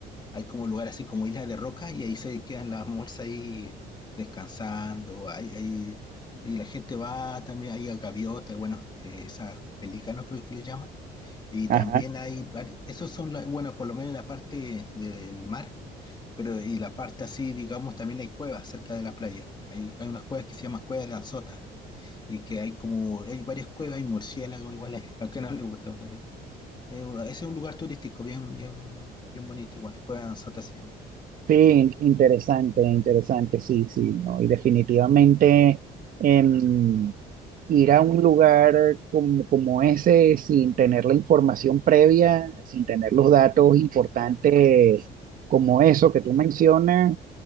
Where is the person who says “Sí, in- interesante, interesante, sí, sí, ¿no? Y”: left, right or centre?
Right